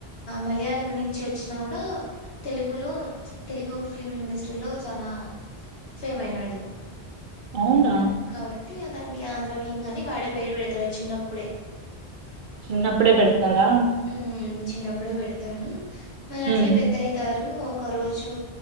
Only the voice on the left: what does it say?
మలయాళం నుంచి వచ్చినా కూడా తెలుగులో తెలుగు ఫిల్మ్ ఇండస్ట్రీలో చాలా సేమ అయినాడు
కాబట్టి అ దానికి ఆంధ్ర కింగ్ అని వాడే పేరు పెడతాడు చిన్నప్పుడే
ఉ చిన్నప్పుడే పెడతారు మళ్ అట్లే
పెద్దవుతారు ఒక రోజు